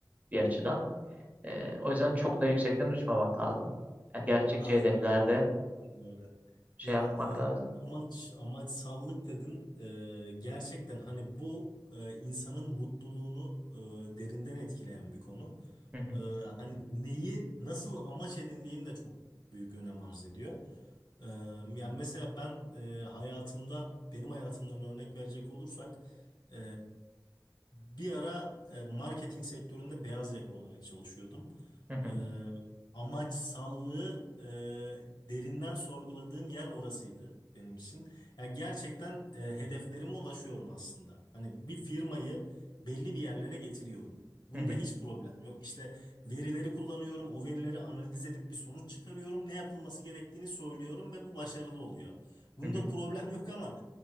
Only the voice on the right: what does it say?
bir açıdan. E, o yüzden çok da yüksekten uçmamak lazım. Yani gerçekçi
hedeflerde
şey
yapmak lazım.
Hı hı,
hı hı,
hı hı,
hı hı,